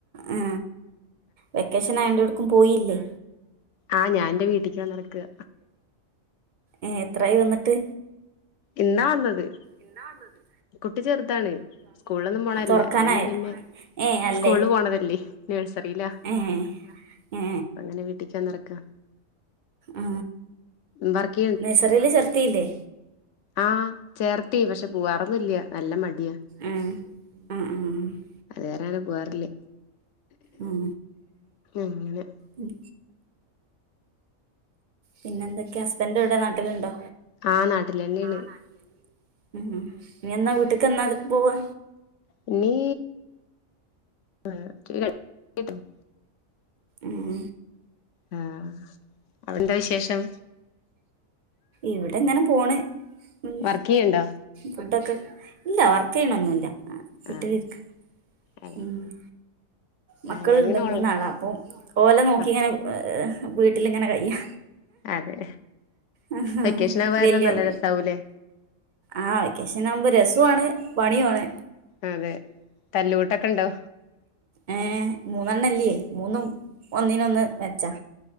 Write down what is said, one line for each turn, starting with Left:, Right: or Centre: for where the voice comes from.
Right: ആ വെക്കേഷനായോണ്ട് എവിടേക്കും പോയില്ലേ
Left: ആ ഞാൻ എന്റെ വീട്ടിക്ക് വന്നിറെക്കാ
Right: ഏ എത്രായി വന്നിട്ട്
Left: ഇന്നാ വന്നത്
Right: ഇന്നാ വന്നത്
Left: കുട്ടി ചെറുതാണ് സ്കൂളിലൊന്നും പോണയല്ല
Right: തൊറക്കാനായി
Left: അതുകാരണം പിന്നെ
Right: ഏ അല്ലേ
Left: സ്കൂളില് പോണതല്ലേ നേഴ്സറീലാ
Right: ഏ ഏ
Left: അങ്ങനെ വീട്ടിചെന്നെറെക്കാ
Right: ആ
Left: വർക്ക്
Right: നഴ്സറീല് ചേർത്തിയില്ലേ
Left: ആ ചേർത്തി പക്ഷെ പൂവാറൊന്നുല്ലൃ നല്ലമടിയാ
Right: ആ ആ ആ
Left: അതുകാരണമങ്ങനെ പോവാറില്ല
Right: ഉം
Left: അങ്ങനെ
Right: ഉം പിന്നെന്തൊക്കെയാ ഹസ്ബെൻഡെവിടെ നാട്ടിലൊണ്ടോ
Left: ആ നാട്ടിൽ തന്നെയാണ്
Right: ആ നാട്ടിലന്നെ ഉം ഇനിയെന്നാ വീട്ടിക്ക് എന്നാ പോവാ
Left: ഇനീ <unintelligible>
Right: ഉം
Left: ആ അവിടെന്താ വിശേഷം
Right: ഇവിടിങ്ങനെ പോണ് ഉം
Left: വർക്കെയ്യണ്ടോ
Right: ഫുഡൊക്കെ ഇല്ല വർക്കെയ്യണൊന്നൂല്ലാ വീട്ടിലിരിക്കാ
Left: ആ അതെ
Right: മ് മക്കളൊണ്ട്
Left: ആ ഞാനിങ്ങനെ ഓൺലൈൻ
Right: മൂന്നാളാ അപ്പം ഓലെനോക്കിയിങ്ങനെ
Left: ആ
Right: വീട്ടിലിങ്ങനെ കയ്യാ
Left: അതെ
Right: ആ ആഹാ
Left: വെക്കേഷൻ ആവാ കാരണം
Right: വല്യോം
Left: നല്ല രസാവൂലേ
Right: ആ വെക്കേഷനാവുമ്പോ രസാണ് പണിയുമാണ്
Left: അതെ തല്ലുകൂട്ടൊക്കൊണ്ടോ
Right: ഏ മൂന്നാലെണ്ണമില്ലേ മൂന്നും ഒന്നിനൊന്ന് മെച്ചാ